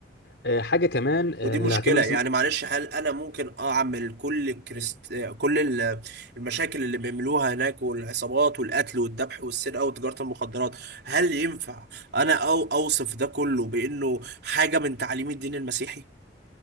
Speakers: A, on the left; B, on the right.
A: آه، حاجه كمان آه،
B: ودي
A: اللي
B: مشكله
A: هكمل بس
B: يعني معلش هل انا ممكن اعمل كل كريست... آه، كل ال- المشاكل اللي بيعملوها هناك والعصابات والقتل والذبح والسرقه وتجاره المخدرات هل ينفع انا او اوصف ده كله بانه حاجه من تعاليم الدين المسيحي